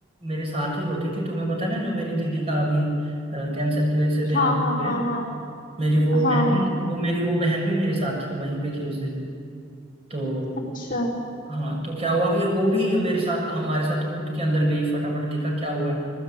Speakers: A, on the right (about 30°); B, on the left (about 45°).
A: मेरे साथ ही होती थी तुम्हें पता है ना जो मेरी दीदी का अभी अ, कैंसर की वजह से देहांत
B: हाँ हाँ
A: हो गया
B: हाँ
A: है।
B: हाँ
A: मेरी वो
B: हाँ
A: बहन
B: हाँ
A: वो मेरी वो बहन भी मेरे साथ वहीं पे थी उस दिन तो
B: अच्छा
A: हाँ तो क्या हुआ कि वो भी मेरे साथ हमारे साथ उठ के अंदर गई फटाफट देखा क्या हुआ है